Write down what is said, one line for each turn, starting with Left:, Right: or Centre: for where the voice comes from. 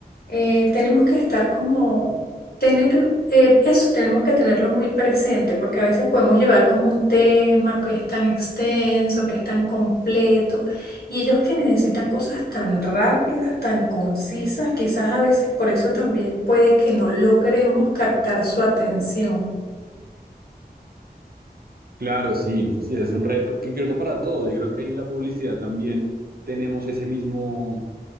Left: eh, tenemos que estar como, tener, eh, eso tenemos que tenerlo muy presente, porque a veces podemos llevar como un tema que es tan extenso, que es tan completo, y ellos que necesitan cosas tan rápidas, tan concisas, quizás a veces por eso también puede que no logremos captar su atención.
Right: Claro, sí, sí, ese es un reto, que creo que para todos, y creo que ahí en la publicidad también tenemos ese mismo,